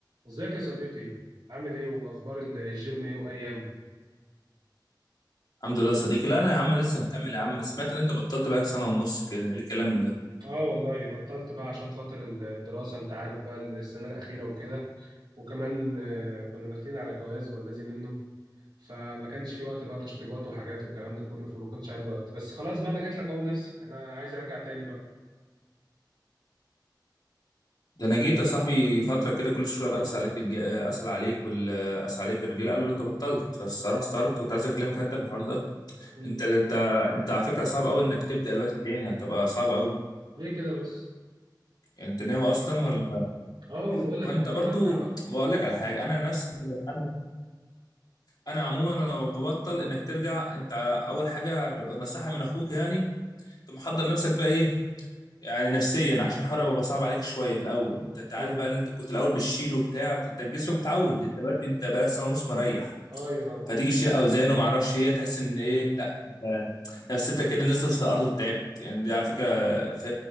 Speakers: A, on the right (about 80°); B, on the left (about 60°).
A: ازيك يا صديقي عامل ايه واخبار الجيم ايه وايامه
B: الحمد لله يا صديقي لا انا يا عم لسه مكمل يا عم سمعت ان انت بطلت بقى سنه ونص كده ايه الكلام ده
A: اه والله بطلت بقى عشان خاطر الدراسة انت عارف بقى السنة الأخيرة وكده وكمان آه، كنا داخلين على جواز والذي منه فما كانش في وقت بقى تشطيبات وحاجات والكلام ده كله فما كنتش عندي وقت بس خلاص بقى انا جيت لك اهو بنفسي انا عايز ارجع تاني بقى
B: ده انا جيت يا صاحبي فتره كده كل شويه اسال عليك الج... اسال عليك وال اسال عليك الرجاله قالوا انت بطلت فالصراحه استغربت كنت عايز اكلمك حتى في الحوار ده
A: مم.
B: انت انت انت على فكره صعب قوي انك تبدا دلوقتي تاني هتبقى صعب قوي
A: ليه كده بس
B: يعني انت ناوي اصلا ولا
A: اه ما انا بقول
B: وانت
A: لك انا ناوي
B: برضو
A: ارجع بقى
B: بقول لك على حاجه انا نفسي انا انا عموما لما ببطل انك ترجع انت اول حاجه نصيحه من اخوك يعني انت محضر نفسك بقى ايه يعني نفسيا عشان الحوار بقى صعب عليك شويه في الاول انت انت عارف
A: مم.
B: بقى ان انت كنت الاول بتشيل وبتاع فانت جسمك متعود انت دلوقتي انت بقالك سنه ونص مريح
A: ايوه طبعا
B: فتيجي تشيل اوزان وما اعرفش ايه تحس ان ايه لا انت نفسيتك كده نزلت في الارض وتعبت يعني دي على فكره ف-